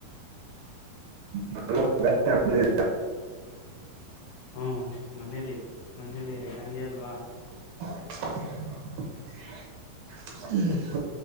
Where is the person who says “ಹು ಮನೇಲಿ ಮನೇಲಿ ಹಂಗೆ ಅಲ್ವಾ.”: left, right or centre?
Left